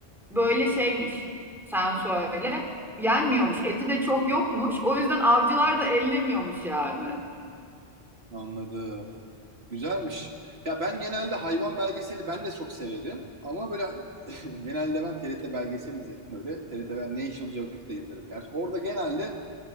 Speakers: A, in the centre; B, on the right (about 75°).
A: böyle şeymiş. Sen söyle. Yenmiyormuş. Eti de çok yokmuş. O yüzden avcılar da ellemiyormuş yani.
B: anladım. Güzelmiş. Ya ben genelde hayvan belgeseli ben de çok severim ama böyle <laughs> genelde ben TRT belgeseli izlerim böyle. TRT ben National Geographic de izlerim. Yani orada genelde